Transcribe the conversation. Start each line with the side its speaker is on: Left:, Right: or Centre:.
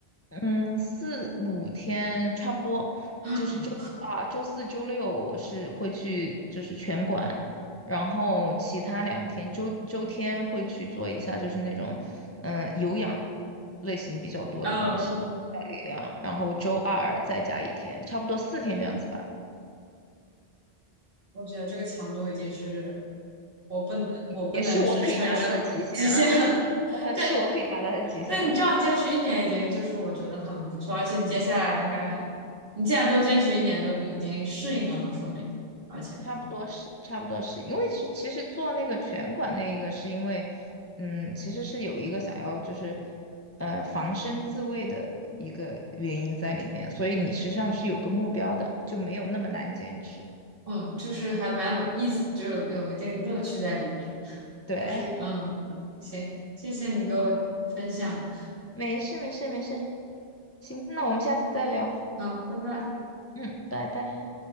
Left: 嗯，四五天差不多，
Right: <gasps> 嗯
Left: 就是周啊，周四周六我是会去就是拳馆，然后其他两天周周天会去做一下就是那种嗯、呃有氧类型比较多的东西，
Right: 嗯，
Left: 带力量，然后周二再加一天，差不多四天这样子吧，
Right: 我觉得这个强度已经是我不能我不能支撑受极限了。
Left: 也是我可以达到的极限了，<laughs>
Right: <laughs> 对，
Left: 是我可以达到的极限了。
Right: 对你这样坚持一年已经就是我觉得很不错，而且你接下来应该，你既然都坚持一年，就已经适应了嘛，说明，而且，
Left: 差不多是，差不多是，因为其其实做那个拳馆那一个，是因为，嗯，其实是有一个想要就是，呃，防身自卫的一个原因在里面，所以你实际上是有个目标的，就没有那么难坚持。
Right: 嗯，就是还蛮有意思，就有有一定乐趣在里边，
Left: 对，
Right: 不是，
Left: 哎
Right: 嗯，行，谢谢你给我分享，
Left: 没事没事没事，行，那我们下次再聊，
Right: 好，拜拜。
Left: 嗯，拜拜。